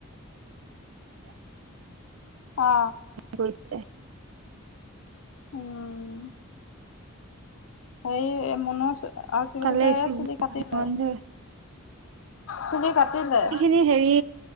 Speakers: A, on the left (about 85°); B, on the right (about 65°).
A: অ
B: <inaudible> চে,
A: উম, হয়েই মুনো আৰু কি বুলি
B: কালে
A: কয়
B: স্কুল
A: এই চুলি কাটিলে
B: বন্ধ
A: চুলি কাটিলে
B: সিখিনি হেৰি